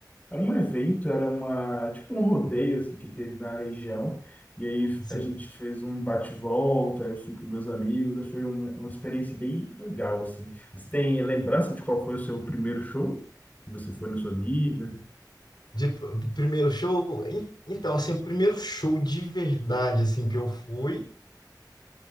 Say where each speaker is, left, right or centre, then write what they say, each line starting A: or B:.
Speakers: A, on the left; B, on the left.
A: Era um evento, era uma, tipo um rodeio assim, que teve na região. E aí
B: sim.
A: a gente fez um bate-volta, eu fui com meus amigos, foi um- uma experiência bem legal, assim. Você tem lembrança de qual foi o seu primeiro show que você foi na sua vida?
B: De, do primeiro show? En- Então, assim, o primeiro show de verdade, assim, que eu fui